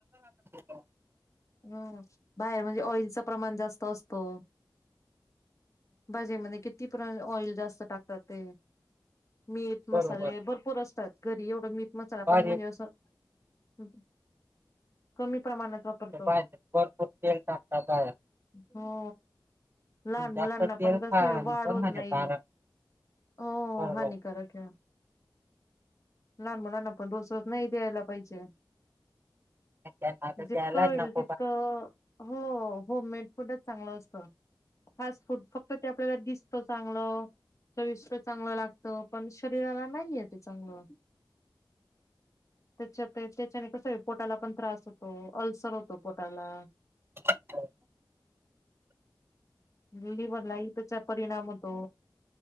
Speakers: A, on the right (about 30°); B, on the left (about 40°).
A: <inaudible>
B: ह बाहेर म्हणजे ऑइलचं प्रमाण जास्त असतो. भाजीमध्ये किती पर्य ऑइल जास्त टाकतात ते. मीठ मसाले
A: बरोबर
B: भरपूर असतात घरी एवढं मीठ मसाला
A: भाजी
B: पण म्हणजे असं ह कमी प्रमाणात वापरतो
A: बाहेर भरपूर तेल टाकता बाहेर
B: हो. लहान
A: जास्त
B: मुलांना
A: तेल
B: पण कसं
A: खाण
B: आहे वाढ
A: पण
B: होत
A: हानिकारक
B: नाही. हो हो
A: बरोबर
B: हानिकारक हाय. लहान मुलांना पण रोज रोज नाही द्यायला पाहिजे
A: ना त्याला
B: जितकं होईल
A: ना <inaudible>
B: तितकं हो हो होम मेड फूडच चांगलं असत फाट फूड फक्त त्या परत दिसतं चांगलं. चविष्ट चांगलं लागत पण शरीराला नाहीय ते चांगलं. त्याच्या त्याच्याने कसं पोटाला पण त्रास होतो अल्सर होतो. पोटाला?
A: <unintelligible>
B: मुलीवरलाही त्याचा परिणाम होतो.